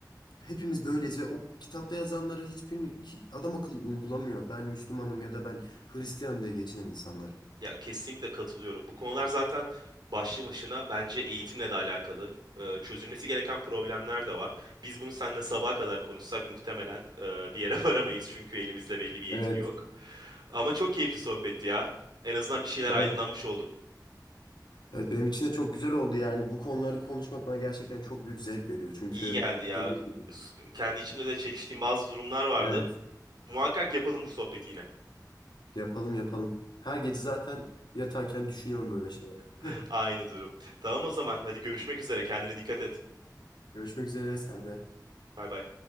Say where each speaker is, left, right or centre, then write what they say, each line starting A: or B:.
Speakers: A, on the left; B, on the right.
A: hepimiz böyleyiz ve o kitapta yazanları hiçbirini ki- adam akıllı uygulamıyor. Ben Müslümanım ya da ben Hristiyanım diye geçinen insanlar.
B: Ya kesinlikle katılıyorum. Bu konular zaten başlı başına bence eğitimle de alakalı. Ee, çözülmesi gereken problemler de var. Biz bunu seninle sabaha kadar konuşsak muhtemelen e, bir yere <laughs> varamayız çünkü elimizde belli bir yetki
A: Evet,
B: yok. Ama çok keyifli sohbetti ya. En azından bir şeyler
A: evet.
B: aydınlanmış oldu.
A: Evet, benim için de çok güzel oldu yani bu konuları konuşmak bana gerçekten çok büyük zevk veriyor. Çünkü
B: İyi geldi ya.
A: dediğim gibi
B: S- Kendi içimde de çeliştiğim bazı durumlar vardı.
A: Evet.
B: Muhakkak yapalım bu sohbeti yine.
A: yapalım yapalım. Her gece zaten yatarken düşünüyorum böyle şeyler.
B: <laughs>
A: <laughs>
B: Aynı durum. Tamam o zaman. Hadi görüşmek üzere. Kendine dikkat et.
A: Görüşmek üzere sen de.
B: Bay bay.